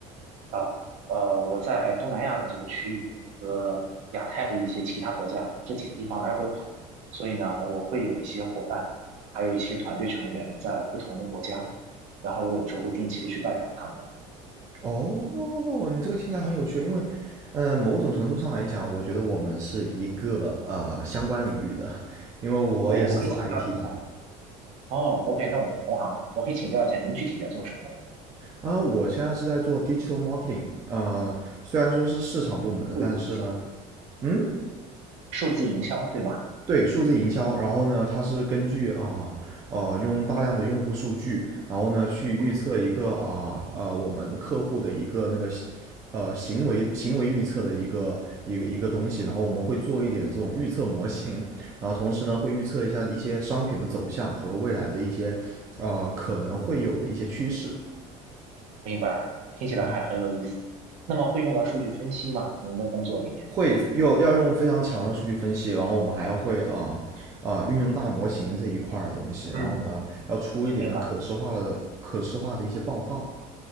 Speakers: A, on the right; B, on the right.
A: 啊，呃，我在东南亚的这个区域和亚太的一些其他国家这几个地方来回跑，所以呢，我会有一些伙伴，还有一些团队成员在不同的国家，然后我有的时候会定期的去拜访他们。
B: 哦，你这个听起来很有趣，因为，呃，某种程度上来讲，我觉得我们是一个呃相关领域的，因为我也是做
A: 对，我可以请教一下。
B: IT 的。
A: 哦，OK，那我们是同行，我可以请教一下您具体在做什么呢？
B: 呃，我现在是在做 digital marketing，呃，虽然说是市场部门的，
A: 数字营销，
B: 但是呢，嗯，
A: 数字营销，对吗？
B: 对，数字营销，然后呢，它是根据啊呃用大量的用户数据，然后呢去预测一个啊呃我们客户的一个那个行呃行为行为预测的一个一个一个东西，
A: 嗯，
B: 然后我们会做一点这种预测模型，然后同时呢会预测一下一些商品的走向和未来的一些呃可能会有的一些趋势。
A: 明白，听起来还很有意思。
B: 然后。
A: 那么会用到数据分析吗？您的工作里面？
B: 会又要用非常强的数据分析，然后我们还要会啊啊、呃呃运用大模型这一块儿的东西，然后呢要出一点可视化的可视化的一些报告。
A: 嗯，明白。